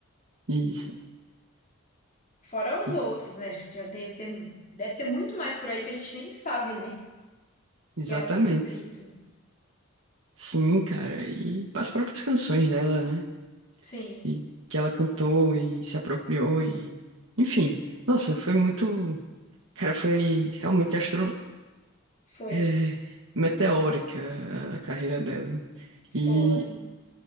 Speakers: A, on the right (about 65°); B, on the left (about 35°).
A: e Isso,
B: fora os
A: e-
B: outros, né? Tinha- tem- tem- Deve ter muito mais por aí que a gente nem sabe, né?
A: exatamente.
B: Que ela tem escrito.
A: Sim, cara, e as próprias canções dela, né?
B: Sim,
A: E que ela cantou e se apropriou e... Enfim, nossa, foi muito... Cara, foi realmente astro...
B: foi,
A: é, meteórica a carreira dela. né? E,
B: foi.